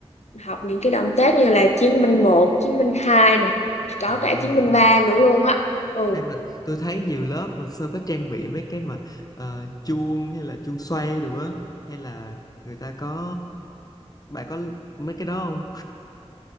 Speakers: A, on the left; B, on the left.
A: học những cái động tác như là chiến binh một chiến binh hai nè có
B: à,
A: cả chiến binh ba nữa luôn á ừ
B: Ê, mà tôi thấy nhiều lớp mà sao có trang bị mấy cái mà ờ, chuông hay là chuông xoay đồ á hay là người ta có bạn có mấy cái đó không?